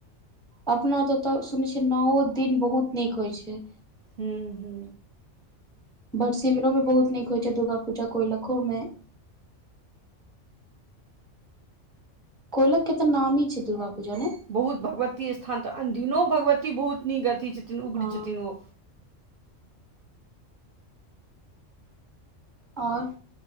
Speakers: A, in the centre; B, on the right.
A: अपना तऽ तऽ सुनै छियै नओ दिन बहुत नीक होइ छै।
B: हूँ- हू।
A: भट सिमरोमे बहुत नीक होइ छै दुर्गा पूजा, कोयलखोमे। कोइलख के त नामी छै दुर्गा पूज ने?
B: बहुत भगवती स्थान तऽ, अनदिनो भगवती बहुत नीक अथी छथिन उग्र
A: हँ
B: छथिन ओ।
A: आओर।